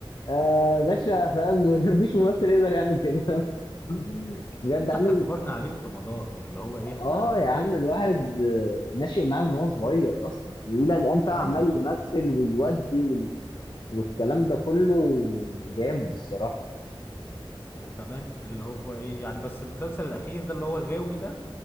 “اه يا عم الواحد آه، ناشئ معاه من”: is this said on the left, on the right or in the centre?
Left